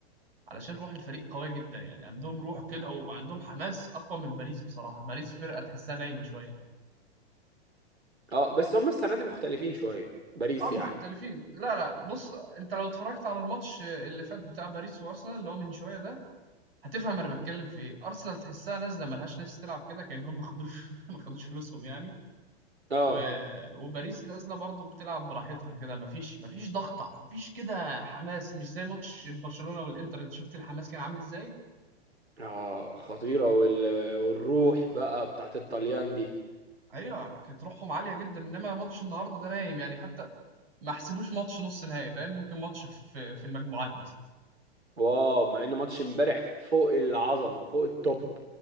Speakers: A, on the right (about 60°); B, on the right (about 75°).
A: علشان روح الفريق قويه جدا يعني عندهم روح كده وعندهم حماس اقوى من باريس بصراحه باريس فرقه تحسها نايمه شويه كده
B: اه بس هم السنة دي مختلفين شوية باريس
A: اه مختلفين
B: يعني
A: لا لا بص انت لو اتفرجت على الماتش اللي فات بتاع باريس وارسنال اللي هو من شويه ده هتفهم انا بتكلم في ايه ارسنال تحسها نازله ملهاش نفس تلعب كده كانهم ما خدوش <laughs> ما خدوش فلوسهم يعني
B: اه
A: و... وباريس نازله برضو بتلعب براحتها كده ما فيش ما فيش ضغط ما فيش كده حماس مش زي ماتش برشلونه والانتر انت شفت الحماس كان عامل ازاي
B: اه خطيرة وال... والروح بقى بتاعت الطليان دي
A: ايوه كانت روحهم عاليه جدا انما ماتش النهارده ده نايم يعني حتى ما حسبوش ماتش نص نهائي فاهم ممكن ماتش في في المجموعات مثلا
B: واو مع ان ماتش امبارح فوق العظمة فوق التوب